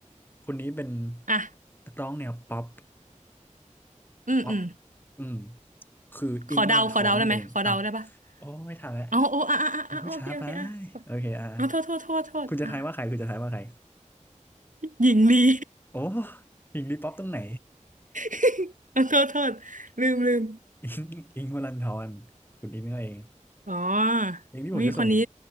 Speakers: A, on the left (about 15°); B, on the right (about 80°).
A: คนนี้เป็น
B: อ่ะ
A: นักร้องแนวป๊อป
B: อืมอืม
A: ป๊อปอืมคืออิงค์มลันทอนั่นเองอ้าว
B: ขอเดาขอเดาได้ไหมขอเดาได้ปะ
A: โอ้ไม่ทันแล้ว
B: อ๋อโอ้อ่ะอ่ะอ่ะอ่ะโอเคโอเคอ่ะ
A: คุณผู้ช้าไปโอเคอ่ะ
B: อ๋อโทษโทษโทษโทษอ่ะ
A: คุณจะทายว่าใครคุณจะทายว่าใคร
B: หญิงลี
A: โอ้อิงค์ลีป๊อปตรงไหน
B: <laughs> เออโทษโทษลืมลืม
A: อิงค์อิงค์วลันทรคุณอิงค์นั่นเอง
B: อ๋อ
A: เพลงที่ผมจะส่ง
B: เฮ้ยคนนี้